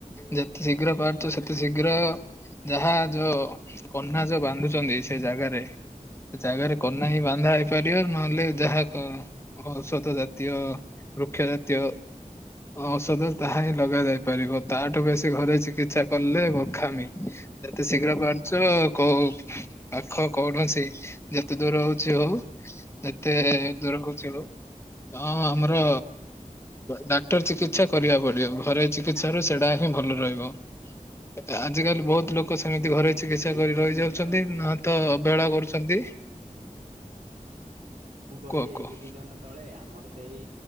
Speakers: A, on the left; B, on the right.
A: ଯେତେ ଶୀଘ୍ର ପାରୁଛ ସେତେ ଶୀଘ୍ର ଯାହା ଯୋଉ କନା ଯୋଉ ବାନ୍ଧୁଛନ୍ତି ସେ ଜାଗାରେ ସେ ଜାଗାରେ କନା ହିଁ ବାନ୍ଧା ହେଇପାରିବ ନହେଲେ ଯାହା ଔଷଧ ଜା ଜାତୀୟ ବୃକ୍ଷ ଜାତୀୟ ଔଷଧ ତାହା ହିଁ ଲଗା ଯାଇପାରିବ ତାଠୁ ବେଶୀ ଘୋରୋଇ ଚିକିତ୍ସା କଲେ ମୁର୍ଖାମି। ଯେତେ ଶୀଘ୍ର ପାରୁଛ କୋଉ ପାଖ କୌଣସି ଯେତେ ଦୂର ହଉଛି ହଉ ଯେତେ ଦୂର ହଉଛି ହଉ ଅ ହଁ ଆମର ଡାକ୍ତର ଚିକିତ୍ସା କରିବାକୁ ପଡିବ ଘରୋଇ ଚିକିତ୍ସାରୁ ସେଇଟା ହିଁ ଭଲ ରହିବ। ଆଜିକାଲି ବହୁତ ଲୋକ ସେମିତି
B: ହଁ
A: ଘରୋଇ ଚିକିତ୍ସା
B: ଏଇ
A: କରି
B: କିଛି
A: ରହି
B: ଦିନ
A: ଯାଉଛନ୍ତି।
B: ତଳେ ନା
A: ନହେଲେ ତ ଅବହେଳା କରୁଛନ୍ତି।
B: ମୁଁ କହିଲି
A: କୁହ
B: ଏଇ
A: କୁହ
B: କିଛିଦିନ ତଳେ ଆମର ସେଇ